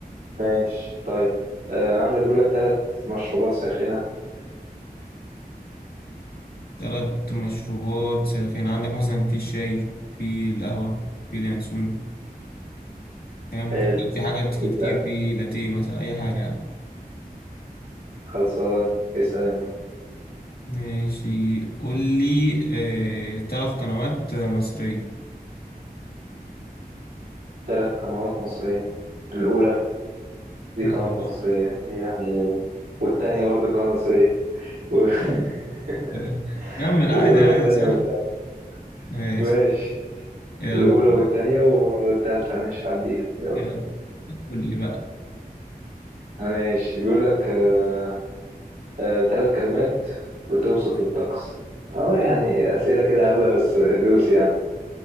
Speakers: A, on the right; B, on the left.
A: ماشي طيب آه عندك بيقول لك ثلاث مشروبات ساخنه
B: تلات مشروبات ساخنة عندك مثلا في الشاي في القهوة في اليانسون فاهم
A: حلو
B: في حاجات كتير
A: اسال
B: في لاتيه مثلا أي حاجة يعني
A: خلصان اسال انت
B: ماشي قول لي آه، تلات قنوات مصرية
A: ثلاث قنوات مصريه الاولى دي
B: ماشي
A: قناه مصريه يعني والتانيه برضو قناه مصريه و... <laughs>
B: <laughs> كمل عادي
A: الأولى
B: عادي
A: والتانية
B: صح
A: والتالتة
B: ماشي
A: ماشي
B: يلا
A: الأولى والتانية والتالتة ماشي هعديها يلا
B: يلا قول لي بقى
A: ماشي بيقول لك آه آه تلات كلمات بتوصف الطقس اه يعني أسئلة كده هبلة بس دوس يعني